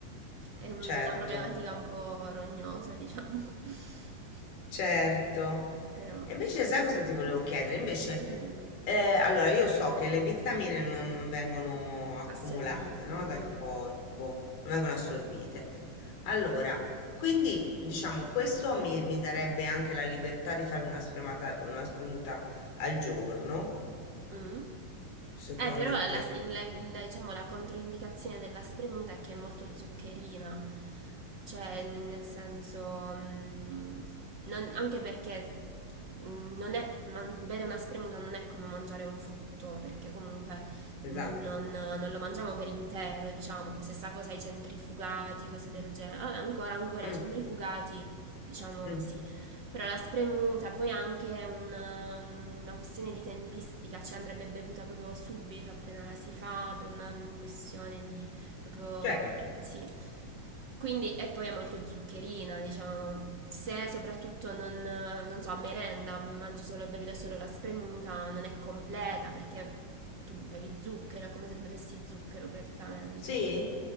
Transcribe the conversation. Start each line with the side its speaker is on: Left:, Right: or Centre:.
Right: È una
Left: certo.
Right: problematica un po' rognosa, diciamo. <laughs>
Left: Certo.
Right: Però,
Left: E invece sai cosa ti volevo chiedere? Invece,
Right: dimmi,
Left: eh, allora io so che le vitamine non, non vengono accumulate,
Right: assorbite.
Left: no?
Right: mhm.
Left: Dal corpo, non vengono assorbite. Allora, quindi diciamo questo mi, mi darebbe anche la libertà di farmi una spremata, una spremuta al giorno,
Right: Mm.
Left: secondo
Right: Eh, però la,
Left: te?
Right: il- il- diciamo, la controindicazione della spremuta è che è molto zuccherina, cioè nel senso, mm, non- anche perché mm, non è, man- bere una spremuta non è come mangiare un frutto, perché comunque
Left: Esatto.
Right: mm, non, non lo mangiamo per intero, diciamo, stessa cosa ai centrifugati, cose del genere, Vabbè, ancora, ancora
Left: Mm,
Right: ai centrifugati, diciamo
Left: mm,
Right: sì, però la spremuta poi anche è una, una questione di tempistica, cioè andrebbe bevuta proprio subito appena la si fa, per una questione di proprio
Left: certo.
Right: sì. Quindi, e poi è molto zuccherina, diciamo, se soprattutto non, non so, a merenda mangi solo, bevi da solo la spremuta, non è completa perché tu bevi zucchero, è come se bevessi zucchero praticamente.
Left: Sì?